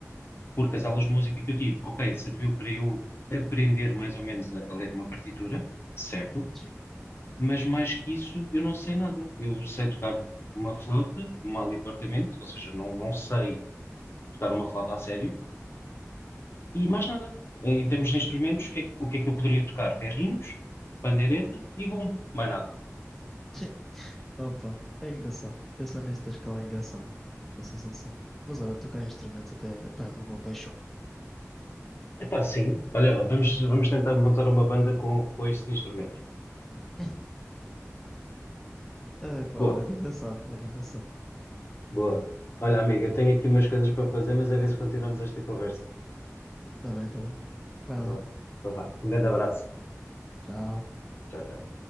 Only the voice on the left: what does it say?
porque as aulas de música que eu tive, ok, serviu para eu aprender mais ou menos a, a ler uma partitura, certo,
mas mais que isso, eu não sei nada. Eu sei tocar uma flauta, mal e porcamente, ou seja, não, não sei tocar uma flauta a sério, e mais nada. Em, em termos de instrumentos, o que é, que- o que é que eu poderia tocar? Ferrinhos, pandeireta e bombo, mais nada.
Epá, sim. Olha, vamos, vamos tentar montar uma banda com, com estes instrumentos.
Boa.
Boa. Olha, amiga, eu tenho aqui umas coisas para fazer, mas a ver se continuamos esta conversa.
Boa.
Então vá. Um grande abraço.
Tchau, tchau.